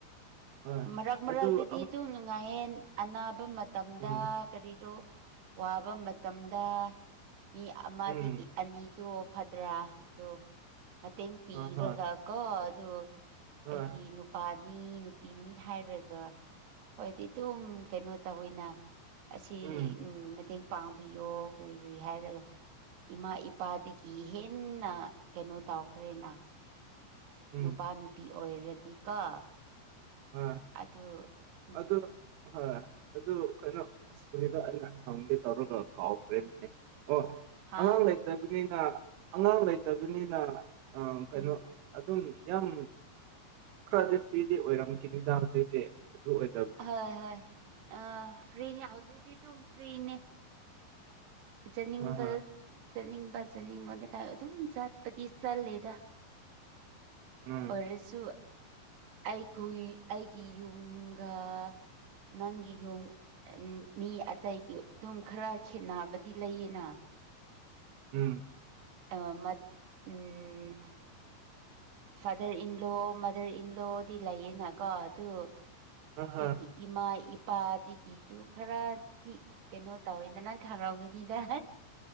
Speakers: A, on the right; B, on the right.
A: ꯍꯣꯏ
B: ꯃꯔꯛ ꯃꯔꯛꯇꯗꯤ
A: ꯑꯗꯨ ꯑꯃ
B: ꯇ ꯅꯨꯡꯉꯥꯏꯌꯦꯟ ꯑꯅꯥꯕ ꯃꯇꯝꯗ
A: ꯎꯝ
B: ꯀꯔꯤꯔꯣ ꯋꯥꯕ ꯃꯇꯝꯗ ꯃꯤ ꯑꯃꯗꯒꯤ
A: ꯎꯝ
B: ꯑꯅꯤꯗꯣ ꯐꯗ꯭ꯔꯥ ꯑꯗꯣ ꯃꯇꯦꯡ ꯄꯤꯔꯒ
A: ꯍꯣꯏ ꯍꯣꯏ
B: ꯀꯣ ꯑꯗꯨ
A: ꯍꯣꯏ
B: ꯑꯩꯒꯤ ꯅꯨꯄꯥꯅꯤ ꯄꯤꯅꯤ ꯍꯥꯏꯔꯒ ꯍꯣꯏꯗꯤ ꯑꯗꯨꯝ ꯀꯩꯅꯣ ꯇꯧꯋꯤꯅ ꯑꯁꯤ
A: ꯎꯝ
B: ꯃꯇꯦꯡ ꯄꯥꯡꯕꯤꯌꯣ ꯀꯔꯤ ꯀꯔꯤ ꯍꯥꯏꯔꯒ ꯏꯃꯥ ꯏꯄꯥꯗꯒꯤ ꯍꯦꯟꯅ ꯀꯩꯅꯣ ꯇꯧꯈ꯭ꯔꯦꯅ
A: ꯎꯝ
B: ꯅꯨꯄꯥ ꯅꯨꯄꯤ ꯑꯣꯏꯔꯗꯤꯀꯣ
A: ꯑ
B: ꯑꯗꯨ ꯎꯝ
A: ꯑꯗꯨ ꯍꯣꯏ ꯑꯗꯨ ꯀꯩꯅꯣ ꯁ꯭ꯀꯨꯜꯗꯣ ꯑꯩꯅ ꯍꯪꯒꯦ ꯇꯧꯔꯒ ꯀꯥꯎꯕ꯭ꯔꯦꯅ ꯑꯣ
B: ꯍꯥ
A: ꯑꯉꯥꯡ ꯂꯩꯇꯕꯅꯤ ꯑꯉꯥꯡ ꯂꯩꯇꯕꯅꯤꯅ ꯀꯩꯅꯣ
B: ꯎꯝ
A: ꯑꯗꯨꯝ ꯌꯥꯝ ꯈꯔꯗꯤ ꯐ꯭ꯔꯤꯗꯤ ꯑꯣꯏꯔꯝꯈꯤꯦ ꯗꯥꯡꯁꯤꯗꯤ ꯑꯗꯨ ꯑꯣꯏ
B: ꯍꯣꯏ ꯍꯣꯏ ꯐ꯭ꯔꯤꯅꯤ ꯍꯧꯖꯤꯛꯇꯤ ꯑꯗꯨꯝ ꯐ꯭ꯔꯤꯅꯤ ꯆꯥꯅꯤꯡꯕ
A: ꯑ ꯍ
B: ꯆꯠꯅꯤꯡꯕ ꯆꯥꯅꯤꯡꯕ ꯂꯩꯀꯥꯏ ꯑꯗꯨꯝ ꯆꯠꯄꯗꯤ ꯆꯠꯂꯦꯗ
A: ꯎꯝ
B: ꯑꯣꯏꯁꯨꯨ ꯑꯩꯈꯏ ꯑꯩꯒꯤ ꯌꯨꯝꯒ ꯅꯪꯒꯤ ꯌꯨꯝ ꯃꯤ ꯑꯇꯩꯒꯤ ꯑꯗꯨꯝ ꯈꯔ ꯈꯦꯠꯅꯕꯗꯤ ꯂꯩꯌꯦꯅ
A: ꯎꯝ
B: ꯑ ꯃ ꯎꯝ ꯐꯥꯗꯔ ꯏꯟꯂꯣ ꯃꯥꯗꯔ ꯏꯟꯂꯣꯗꯤ ꯂꯩꯌꯦꯅ ꯀꯣ ꯑꯗꯨ ꯑꯩꯒꯤ
A: ꯑ ꯍ
B: ꯏꯃꯥ ꯏꯄꯥꯗꯒꯤ ꯑꯩꯗꯨ ꯈꯔꯗꯤ ꯀꯩꯅꯣ ꯇꯧꯋꯦꯅ ꯅꯪ ꯈꯥꯡꯔꯝꯒꯤꯅꯤꯗ